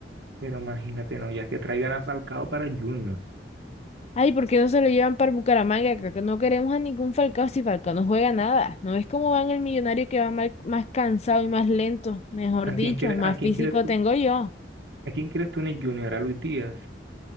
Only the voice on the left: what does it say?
Ay, ¿por qué no se lo llevan para Bucaramanga? Que que no queremos a ningún Falcao si Falcao no juega nada. ¿No ves cómo van el millonario que va mal- más cansado y más lento? Mejor
dicho,
más
físico
tengo yo.